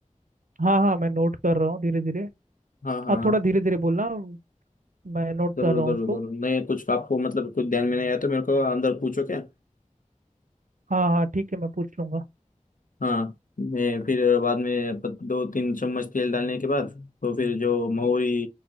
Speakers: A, on the right; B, on the left.
A: हाँ हाँ मैं नोट कर रहा हूँ धीरे धीरे
B: हाँ हाँ
A: आप
B: हाँ
A: थोड़ा धीरे धीरे बोलना मैं नोट
B: जरूर
A: कर रहा हूँ
B: जरूर
A: उसको
B: जरूर नहीं कुछ आपको मतलब कुछ ध्यान में नहीं आया तो मेरे को अंदर पूछो क्या
A: हाँ हाँ ठीक है मैं पूछ लूंगा
B: हाँ मैं फिर बाद में पत- दो तीन चम्मच तेल डालने के बाद तो फिर जो महुरी